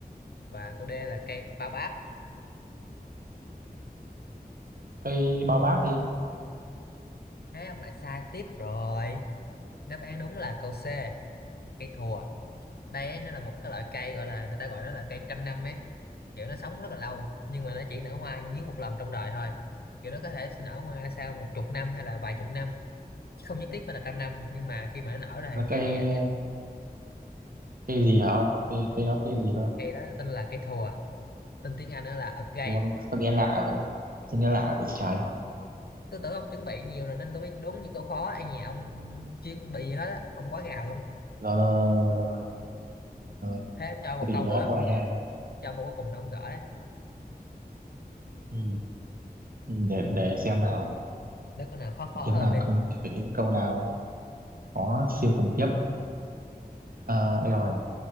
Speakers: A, on the left; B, on the right.
A: và câu D là cây bao báp
B: cây bao bác đi
A: thế ông lại sai tiếp rồi đáp án đúng là câu C cây thùa đây ấy, nó là một cái loại cây gọi là người ta gọi nó là cây trăm năm ấy kiểu nó sống rất là lâu nhưng mà nó chỉ nở hoa nhính một lần trong đời thôi kiểu nó có thể nở hoa sau một chục năm hay là vài chục năm chứ không nhất thiết phải là trăm năm nhưng mà khi mà nó nở rồi
B: là
A: thì
B: cây
A: cây mẹ
B: cây gì hả ông cây cây đó cây gì cơ
A: cây đó tên là cây thùa tên tiếng Anh đó là a gay
B: đúng không? sao nghe lạ vậy sao nghe lạ vậy trời
A: tôi tưởng ông chuẩn bị nhiều rồi nên tôi biết đúng những câu khó ai nhà ông chuyên bị gì hết á ông quá gà luôn
B: rồi rồi rồi rồi, rồi. rồi.
A: thế cho một
B: Thế thì
A: câu
B: đó
A: nữa ông
B: qua nha
A: gỡ cho ông câu cuối cùng đó ông gỡ đấy
B: ừ. Ừ, để để xem nào
A: để câu nào khó khó
B: phải kiếm
A: hơn
B: nào
A: đi
B: không phải kiếm câu nào có siêu khủng khiếp à, đây rồi